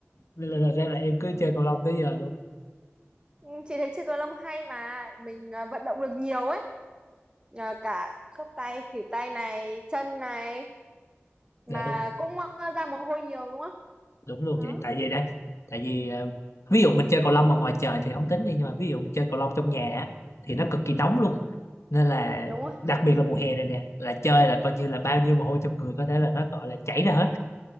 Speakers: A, on the left (about 80°); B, on the right (about 20°).
A: nên là, là, ra là em cứ chơi cầu lông tới giờ luôn
B: Ừ. Chị thấy chơi cầu lông hay mà mình ờ, vận động được nhiều ấy nhờ cả khớp tay khuỷu tay này chân này
A: dạ
B: mà
A: đúng
B: cũng ờ, ra mồ hôi nhiều đúng không
A: đúng luôn
B: đó
A: vậy tại vì đó tại vì ờ, ví dụ mình chơi cầu lông mà ngoài trời thì không tính đi nhưng mà ví dụ mình chơi cầu lông trong nhà á, thì nó cực kỳ nóng
B: ừ,
A: luôn nên là
B: đúng rồi
A: đặc biệt là mùa hè này nè là chơi là coi như là bao nhiêu mồ hôi trong người có thể là nó gọi là chảy ra hết